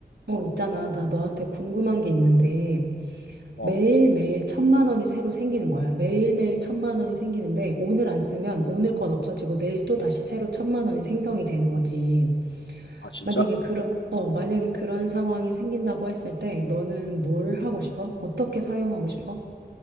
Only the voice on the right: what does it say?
어, 있잖아. 나 너한테 궁금한 게 있는데,
매일매일 천만 원이 새로 생기는 거야. 매일매일 천만 원이 생기는데, 오늘 안 쓰면 오늘 건 없어지고, 내일 또 다시 새로 천만 원이 생성이 되는 거지.
만약에 그런, 어, 만약에 그런 상황이 생긴다고 했을 때, 너는 뭘 하고 싶어? 어떻게 사용하고 싶어?